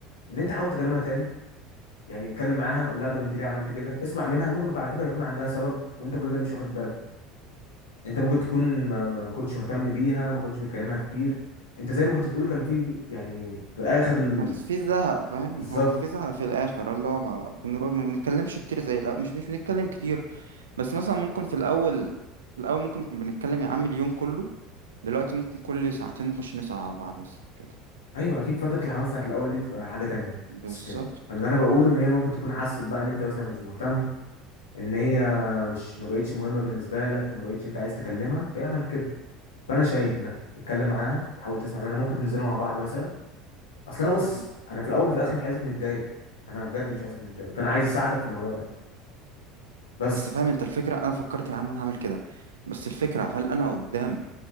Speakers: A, on the left; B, on the right.
A: ان انت حاول تكلمها تاني يعني اتكلم معاها قول لها طب انت ليه عملت كده اسمع منها ممكن على فكره يكون عندها سبب وانت كل ده مش واخد بالك انت ممكن تكون ما, ما كنتش مهتم بيها ما كنتش بتكلمها كتير انت زي ما كنت بتقول كان في يعني في اخر ال-
B: كان في زهق فاهم
A: بالظبط
B: هو كان في زهق في الاخر اللي هو ما بنرد ما بنتكلمش كتير زي الاول مش مش بنتكلم كتير بس مثلا ممكن في الاول في الاول ممكن نكون بنتكلم يا عم اليوم كله دلوقتي ممكن كل ساعتين نخش نسأل على بعض مثلا كده
A: ايوه اكيد فتره الحمام ساعه الاول دي تبقى حاجه تانية
B: بالظبط
A: بس اللي انا بقوله ان هي ممكن تكون حاسس بقى ان انت مثلا مش مهتم ان هي مش ما بقتش مهمه بالنسبه لك ما بقتش انت عايز تكلمها فهي عملت كده فانا شايف انك تتكلم معاها تحاول تسمع منها ممكن تنزلوا مع بعض مثلا اصل انا
B: مم.
A: بص انا في الاول وفي الاخر مش عايزك متضايق انا بجد مش عايزك متضايق فانا عايز اساعدك في الموضوع ده بس
B: بس فاهم انت الفكرة انا فكرت يا عم هعمل كده بس الفكرة هل انا قدام